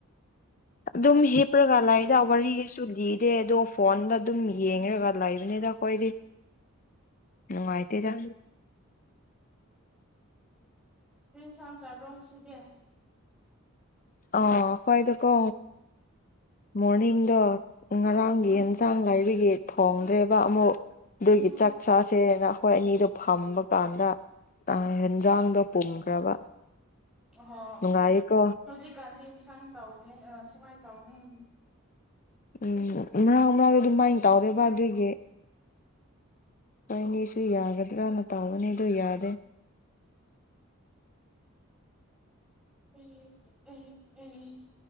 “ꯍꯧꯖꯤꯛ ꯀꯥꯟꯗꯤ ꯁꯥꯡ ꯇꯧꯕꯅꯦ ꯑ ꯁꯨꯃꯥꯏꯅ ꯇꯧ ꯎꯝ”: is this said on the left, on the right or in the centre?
Centre